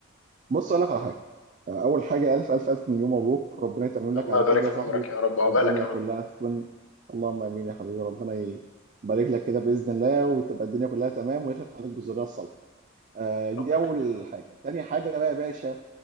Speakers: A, on the right; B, on the left.
A: بص اقول لك على حاجه اول حاجه الف الف الف مليون مبروك ربنا يتمم لك
B: الله
A: على
B: يبارك
A: خير يا
B: في
A: صاحبي
B: عمرك يا رب وعقبالك
A: والدنيا
B: يا رب
A: كلها تكون اللهم امين يا حبيبي ربنا ي- يبارك لك كده باذن الله وتبقى الدنيا كلها تمام ويخلف عليك بالذريه الصالحه آه دي
B: ربنا
A: اول
B: يخليك يا رب
A: حاجه تاني حاجه بقى يا باشا